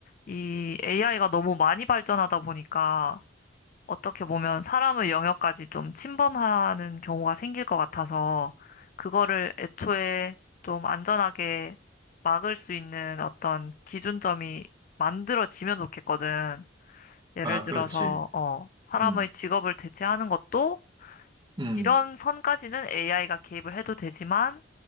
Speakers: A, on the left; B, on the right.
A: 이 AI가 너무 많이 발전하다 보니까 어떻게 보면 사람의 영역까지 좀 침범하는 경우가 생길 것 같아서 그거를 애초에 좀 안전하게 막을 수 있는 어떤 기준점이 만들어지면 좋겠거든. 예를
B: 아,
A: 들어서,
B: 그렇지. 어,
A: 어, 사람의
B: 음,
A: 직업을 대체하는 것도
B: 음.
A: 이런 선까지는 AI가 개입을 해도 되지만